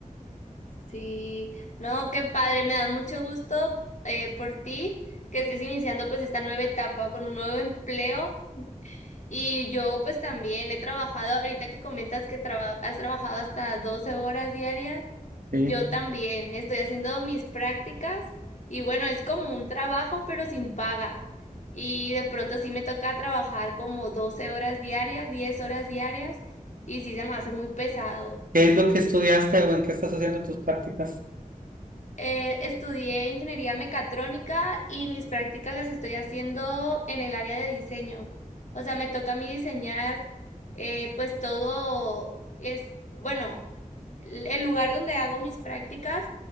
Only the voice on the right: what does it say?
¿sí?
¿Qué es lo que estudiaste o en qué estás haciendo tus prácticas?